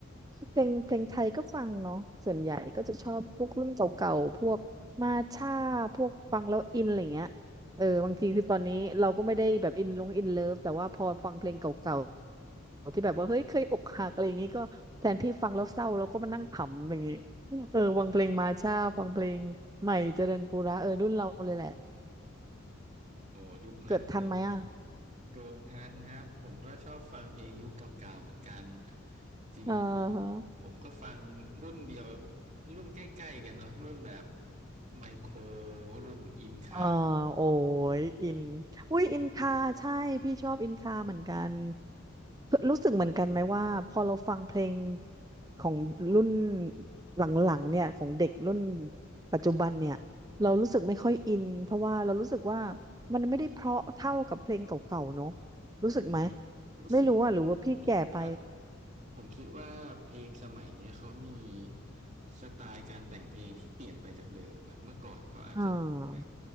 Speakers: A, on the right; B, on the right.
A: เพลงเพลงไทยก็ฟังเนาะส่วนใหญ่ก็จะชอบพวกรุ่นเก่าๆพวกมาช่าพวกฟังแล้วอินอะไรเงี้ยเออบางทีคือตอนนี้เราก็ไม่ได้แบบอินลงอินเลิฟแต่ว่าพอฟังเพลงเก่า ที่แบบว่าเฮ้ยเคยอกหักอะไรอย่างงี้ก็แทนที่ฟังแล้วเศร้าเราก็มานั่งขำอะไรอย่างงี้เออฟังเพลงมาช่าฟังเพลงใหม่เจริญปุระเออรุ่นเราเลยแหละ
B: โอ้ยุคนั้นเลย
A: เกิดทันไหมอ่ะ
B: เกิดทันครับผมก็ชอบฟังเพลงยุคเก่าๆเหมือนกันจริง
A: เออ
B: ผมก็ฟังรุ่นเดียวรุ่นใกล้ๆกันเนาะรุ่นแบบไมโครรุ่นอินคา
A: เออโอ้ยอินอุ้ยอินคาใช่พี่ชอบอินคาเหมือนกันรู้สึกเหมือนกันไหมว่าพอเราฟังเพลงของรุ่นหลังๆเนี่ยของเด็กรุ่นปัจจุบันเนี่ยเรารู้สึกไม่ค่อยอินเพราะว่าเรารู้สึกว่ามันไม่ได้เพราะเท่ากับเพลงเก่าๆเนอะรู้สึกไหม
B: ผมรู้สึก
A: ไม่รู้อ่ะหรือว่าพี่แก่ไป
B: ผมคิดว่าผมคิดว่าเพลงสมัยเนี้ยเขามีสไตล์การแต่งเพลงที่เปลี่ยนไปจากเดิมครับเมื่อก่อนเขาอาจจะแบบ
A: อ่า